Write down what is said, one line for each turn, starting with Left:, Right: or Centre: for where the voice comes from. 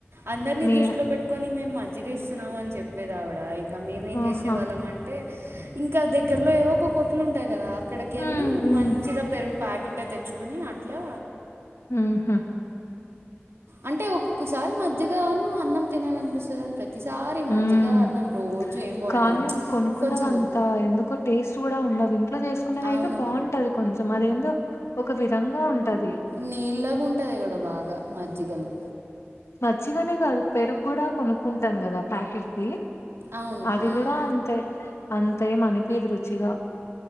Right: అందరిని
Left: నే
Right: దృష్టిలో పెట్టుకొని మేం మ మజ్జికిస్తున్నాం అని చెప్పేది ఆవిడ ఇక మేమేం
Left: ఆహా
Right: చేసేవాళ్ళం అంటే ఇంకా దగ్గ ఇక్కడలో ఏవో ఒక కొట్లు ఉంటాయి కదా అక్కడికెళ్ళి
Left: ఉమ్, ఉమ్,
Right: మంచిగా పెరుగు ప్యాకిటే తెచ్చుకుని అట్లా
Left: ఉహా
Right: అంటే ఒక్కొక్కసారి మజ్జిగాను అన్నం తినాలనిపిస్తది కాని ప్రతిసారి
Left: హ్మ్.
Right: మజ్జిగా అన్నం రోజు ఏం బాగుంటుంది
Left: కానీ అవి కొనుక్కున్నవి
Right: కొంచెం
Left: అంత ఎందుకో టేస్ట్ కూడా ఉండవి ఇట్లో చేసుకున్నది అయితే
Right: అవును
Left: బాగుంటది కొంచెం అదేందో ఒక విధంగా ఉంటది
Right: నీళ్లాగా ఉంటది కూడా బాగా మజ్జిగలు
Left: మజ్జిగ అనే కాదు పెరుగు కూడా కొనుక్కుంటాం కదా ప్యాకెట్ది
Right: అవును
Left: అది
Right: ఉమ్
Left: కూడా అంతే అంతే ఏం అనిపియదు రుచిగా